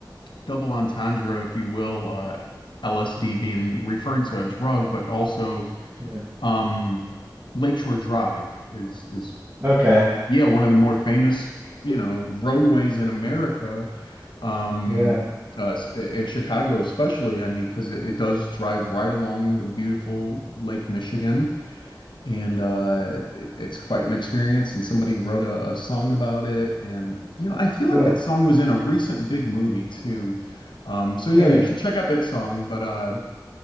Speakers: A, on the left (about 75°); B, on the right (about 30°).
A: double entendre, if you will. Uh, LSD being referring to a drug, but also
B: Yeah.
A: um, Lakeshore Drive is is
B: Okay.
A: yeah one of the more famous you know roadways in America. Um,
B: Yeah.
A: uh, s- eh, in Chicago especially, I mean, because it, it does drive right along the beautiful Lake Michigan. and uh it- it's quite an experience and somebody wrote a, a song about it and you know I feel like
B: Oh,
A: that song was in a recent big movie too um so yeah
B: really?
A: you should check out that song but uh